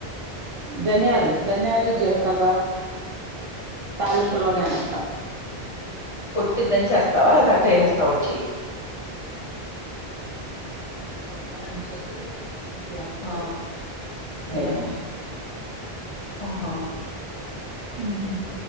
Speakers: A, on the right; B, on the left.
A: ధనియాలు ధన్యాలు జీలకర తాలింపులోనే వస్త
B: కొట్టిద్దని చేస్తావా అలా కట్ట వసేస్తావు వచ్చి
A: అంత లోపల దించేసి గ్లాస్లో
B: ఆ
A: వేసేస్తం
B: ఉమ్, ఆహా
A: హ్మ్